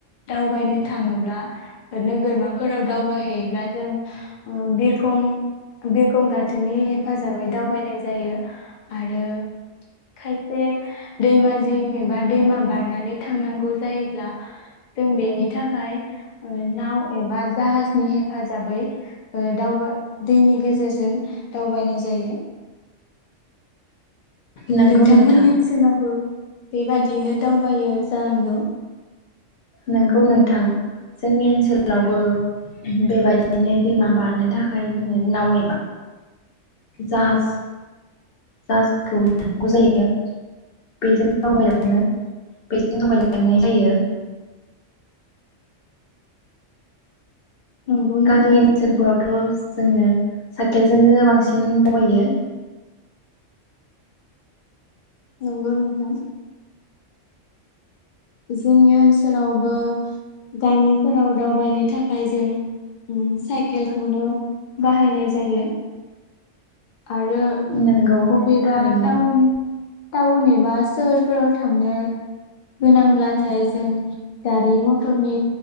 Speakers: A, on the left; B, on the left.
A: दावबायनो थाङोब्ला नोगोरमाफोराव दावबायहैयोब्ला जों ओ बिरखं बिरखं गाथोनि हेफाजाबै दावबायनाय जायो आरो खायसे दैमा जिं एबा दैमा बारनानै थांनांगौ जायोब्ला जों बेनि थाखाय ओ नाव एबा जाहाजनि हेफाजाबै ओ दावबाय ओ दैनि गेजेरजों दावबायनाय जायो। ओम
B: नंगौ
A: नोंथांमोननि
B: नोंथां
A: ओनसोलावबो बेबादियैनो दावबायो जानांगौ।
B: नोंगौ नोंथां जोंनि ओनसोलावबो बेबायदिनो दैमा बारनो थाखाय जोङो नाव एबा जाहाज जाआजखौबो लानांगौ जायो बैजों दावबायनानै नो बैजों आवगायलांनाय जायो।
A: नंगौ नोंथां
B: गामि ओनसोलफोरावथ' जोङो साइकेलजोंनो बांसिन दावबायो।
A: नंगौ नोथां। जोंनि ओनसोलावबो गामिफोराव दावबायनो थाखाय जों साइकेलखौनो बाहायनाय जायो आरो
B: नंगौ
A: बबेबा
B: थारैनो
A: टाउन टाउन एबा सोहोरफोराव थांनो गोनांब्लाथाय जों गारि मथरनि